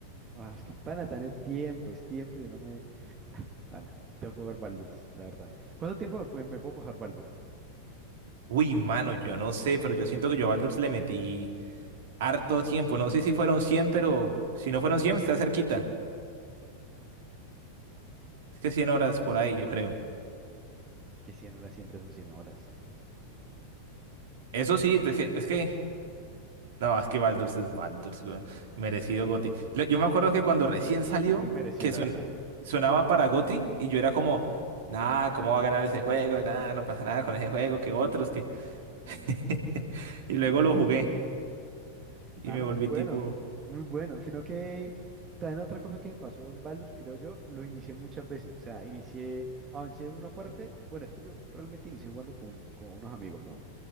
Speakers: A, on the right (about 25°); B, on the right (about 55°).
A: Ah, es que pana, tan es tiempo, es tiempo, yo no me... <laughs> <sighs> Ah, Pana, tengo que jugar Baldur's, la verdad. ¿Cuánto tiempo me, me puedo pasar Baldur's?
B: Uy, mano, yo no sé, pero yo siento que yo a Baldur's le metí harto tiempo. No sé si fueron 100 pero si no fueron 100 está cerquita. Es que 100 horas por ahí, yo creo.
A: Es que cien horas siempre son 100 horas.
B: Eso sí, es que, es que No, es que Baldur's es Baldur's, weón. Merecido GOTY. Lo- Yo me acuerdo que cuando recién salió,
A: Que muy merecido,
B: que
A: la
B: son-
A: verdad.
B: sonaba para GOTY y yo era como, nah, ¿cómo va a ganar ese juego? Nah, no pasa nada con ese juego, que otros, que...
A: Ujú.
B: <laughs> Y luego lo jugué y
A: Pana,
B: me volví
A: muy bueno,
B: tipo,
A: muy bueno. Sino que también otra cosa que me pasó en Baldur's, creo yo, lo inicié muchas veces. O sea, inicié, avancé una parte. Bueno, es que yo realmente inicié jugando con, con unos amigos, ¿no?